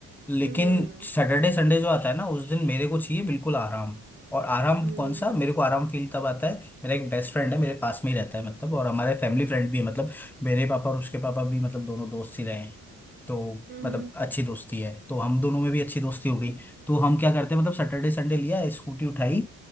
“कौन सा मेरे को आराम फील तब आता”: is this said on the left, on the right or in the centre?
Centre